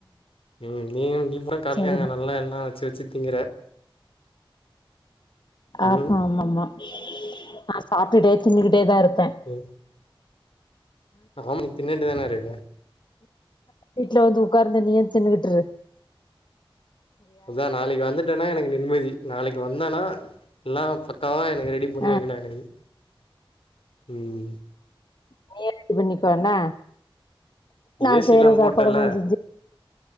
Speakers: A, on the left; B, on the left.
A: ம் நீங் நீங்கதா காலலயே
B: சரிம்மா
A: அங்க நல்லா எல்லா வச்சு வச்சு திங்கற
B: ஆமாமா
A: ம்
B: மா நா சாப்டுட்டே தின்னுகிட்டே தா இருப்ப
A: ம் ஆமா நீ தின்னுகிட்டே தான இருக்க
B: வீட்ல வந்து உக்கார்ந்து நீயு தின்னுகிட்டுரு
A: அதா நாளைக்கு வந்துட்டனா எனக்கு நிம்மதி நாளைக்கு வந்தனா எல்லா பக்காவா எனக்கு ரெடி பண்ணி
B: ஆ
A: வெக்கனு எனக்கு ம்
B: கல்யாணத்த பண்ணிக்கோனா நா
A: ஏ சி
B: செய்யற
A: எல்லா போட்டல
B: சாப்பாட நா செஞ்சு